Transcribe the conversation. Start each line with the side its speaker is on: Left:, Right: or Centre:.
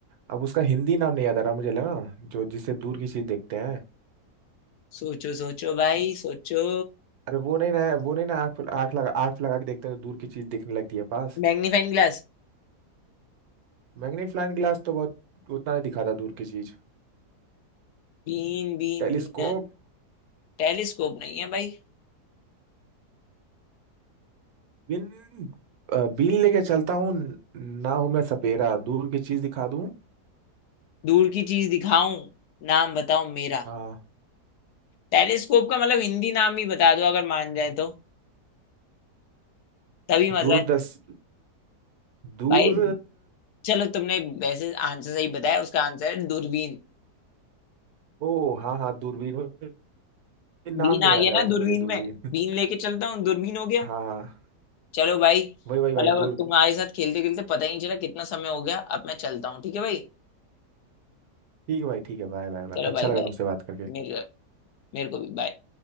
Right: अब उसका हिंदी नाम नहीं याद आ रहा मुझे लगा जो जिससे दूर की चीज देखते हैं
Left: सोचो सोचो भाई सोचो
Right: अरे वो नहीं ना वो नहीं ना आँख आँख लगा आँख लगा के देखते हैं तो दूर की चीज दिखने लगती है पास
Left: Magnifying glass
Right: मैग्नीफाइंग ग्लास तो बहुत उतना नहीं दिखाता दूर की चीज
Left: बीन बीन
Right: टेलीस्कोप
Left: बीन टेलीस्कोप नहीं है भाई
Right: बिन अ, बीन लेके चलता हूँ ना हूं मैं सपेरा दूर की चीज दिखा दूं
Left: दूर की चीज दिखाऊं नाम बताओ मेरा
Right: हाँ
Left: टेलीस्कोप का मतलब हिंदी नाम ही बता दो अगर मान जाए तो तभी मजा
Right: दूर
Left: है
Right: दस दूर
Left: भाई चलो तुमने वैसे आंसर सही बताया उसका आंसर है दूरबीन
Right: ओ हाँ हाँ दूरबीन वो- नाम
Left: बीन
Right: नहीं
Left: आ
Right: याद
Left: गया
Right: आ रहा
Left: ना दूरबीन
Right: था मुझे दूरबीन
Left: में बीन
Right: <laughs>
Left: लेके चलता हूँ दूरबीन हो गया
Right: हाँ हाँ
Left: चलो भाई
Right: वही वही भाई
Left: मतलब
Right: दूर
Left: अब तुम्हारे साथ खेलते खेलते पता ही नहीं चला कितना समय हो गया अब मैं चलता हूँ ठीक है भाई
Right: ठीक है भाई ठीक है बाय बाय बाय
Left: चलो
Right: अच्छा
Left: भाई
Right: लगा
Left: बाय
Right: तुमसे बात करके
Left: मेरे मेरे को भी बाय